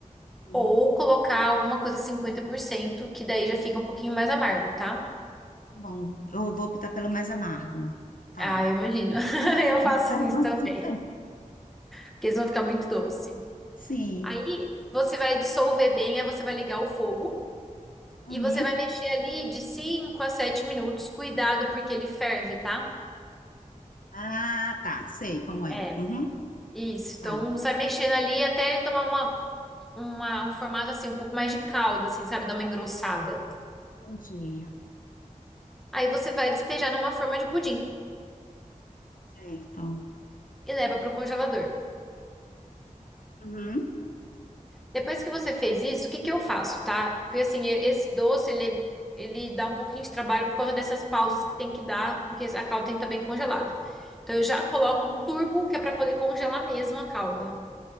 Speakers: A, on the left (about 80°); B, in the centre.
A: Hum,
B: ou colocar alguma coisa 50% que daí já fica um pouquinho mais amargo, tá?
A: tá bom. Eu vou optar pelo mais amargo. Tá.
B: Ah, eu imagino. <laughs> Eu faço
A: <laughs>
B: isso também, porque eles vão ficar muito doce.
A: Sim.
B: Aí, você vai dissolver bem, aí você vai ligar o fogo
A: Uhum.
B: e você vai mexer ali de 5 a 7 minutos. Cuidado, porque ele ferve, tá?
A: Ah, tá. Sei como é.
B: É,
A: Uhum.
B: isso. Então,
A: Tá.
B: sai mexendo ali até ele tomar uma uma- um formato assim, um pouco mais de calda, assim, sabe? Dá uma engrossada.
A: Entendi.
B: Aí você vai despejar numa forma de pudim
A: Certo.
B: e leva para o congelador.
A: Uhum.
B: Depois que você fez isso, o que que eu faço, tá? Porque assim, e- esse doce, ele, ele dá um pouquinho de trabalho por causa dessas pausas que tem que dar, porque a calda tem que estar bem congelada. Então eu já coloco no turbo, que é para poder congelar mesmo a calda,